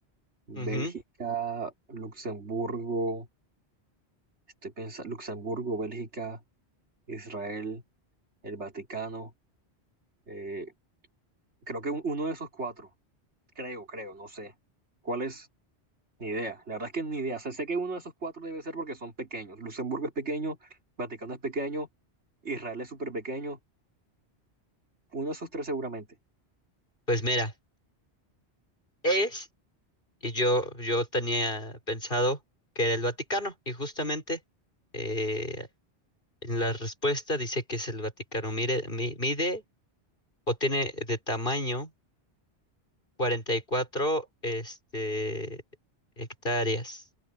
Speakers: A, on the right; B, on the left.
A: Bélgica,
B: Ujú.
A: Luxemburgo, estoy pensando Luxemburgo, Bélgica, Israel, el Vaticano. eh, creo que un- uno de esos cuatro, creo, creo, no sé. ¿Cuál es? Ni idea, la verdad es que ni idea. O sea, sé que uno de esos cuatro debe ser porque son pequeños. Luxemburgo es pequeño, Vaticano es pequeño, Israel es súper pequeño. Uno de esos tres seguramente.
B: Pues mira, es Y yo, yo tenía pensado que era el Vaticano, y justamente eh, en la respuesta dice que es el Vaticano. Mire, mi- mide o tiene de tamaño 44 este, hectáreas